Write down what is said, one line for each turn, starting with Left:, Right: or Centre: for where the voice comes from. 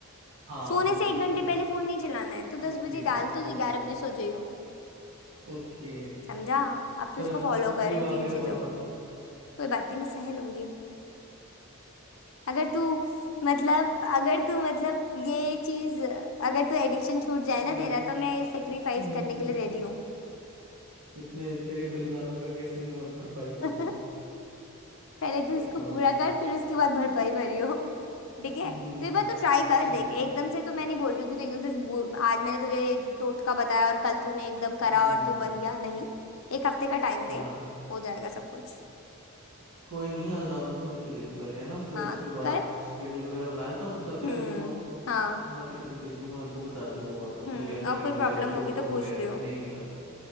Right: हाँ
Left: सोने
Right: फोन
Left: से
Right: नहीं
Left: एक
Right: चलाना
Left: घंटे पहले फोन नहीं चलाना है तो
Right: ओके
Left: दस बजे डाल तो
Right: तो
Left: ग्यारह बजे सो जाइयो
Right: ओके
Left: समझा अब
Right: फिर
Left: तो इसको फॉलो
Right: किसी
Left: कर
Right: से भी
Left: इन
Right: बात
Left: तीन
Right: नहीं कर
Left: चीजों
Right: पाऊंगा
Left: को
Right: मैं
Left: कोई बात नहीं मैं सह लूंगी अगर तू मतलब अगर तू मतलब ये चीज अगर तू एडिक्शन छूट जाए
Right: तो
Left: ना तेरा
Right: <laughs>
Left: तो मैं सेक्रीफाइस
Right: हम्म,
Left: करने के लिए रेडी हूँ
Right: इतने तेरे बलिदानों का कैसे मैं भरपाई करूंगा
Left: <laughs> पहले तो
Right: ये
Left: इसको
Right: बड़ा
Left: पूरा
Right: मुश्किल
Left: कर फिर उसके
Right: है।
Left: बाद भरपाई भरियो ठीक
Right: हम्म
Left: है तो एक बार तो ट्राई कर
Right: ठीक
Left: देख एकदम से तो मैं नहीं बोल रही हूँ कि तू एकदम से बू- आज मैंने तुझे एक टोटका बताया और कल तूने एकदम
Right: हम्म
Left: करा और तू बन गया नहीं एक हफ्ते का टाइम
Right: हाँ
Left: दे हो जाएगा सब कुछ
Right: कोई नहीं आज डाउनलोड तो करके देखूं पहले है ना फिर
Left: हाँ
Right: उसके बाद
Left: कर
Right: शेड्यूल वगैरह बना लेता हूँ फिर कल से
Left: हम्म
Right: कर लूंगा
Left: हाँ
Right: बाकी तेरे को भेज दूंगा मेरे को बता दियो और उसमें
Left: हम्म
Right: क्या सेटिंग
Left: और कोई
Right: वगैरह
Left: प्रॉब्लम
Right: होती है
Left: होगी
Right: वो
Left: तो
Right: कॉल
Left: पूछ
Right: वगैरह
Left: लियो
Right: की नहीं मिला तो